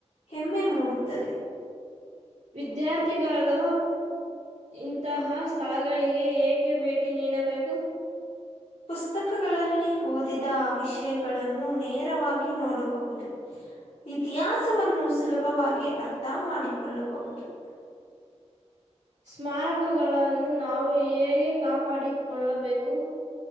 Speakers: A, on the left; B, on the right.
A: ಹೆಮ್ಮೆ ಮೂ ಕೊಡುತ್ತದೆ
B: ವಿದ್ಯಾರ್ಥಿಗಳು ಇಂತಹ ಸ್ಥಳಗಳಿಗೆ ಏಕೆ ಭೇಟಿ ನೀ ನೀಡಬೇಕು
A: ಪುಸ್ತಕಗಳಲ್ಲಿ ಓದಿದ ವಿಷಯಗಳನ್ನು ನೇರವಾಗಿ ನೋಡಬಹುದು ಇತಿಹಾಸವನ್ನು ಸುಲಭವಾಗಿ ಅರ್ಥ ಮಾಡಿಕೊಳ್ಳಬಹುದು <inaudible>
B: ಸ್ಮಾರಕಗಳನ್ನು ನಾವು ಹೇಗೆ ಕಾಪಾಡಿಕೊಳ್ಳಬೇಕು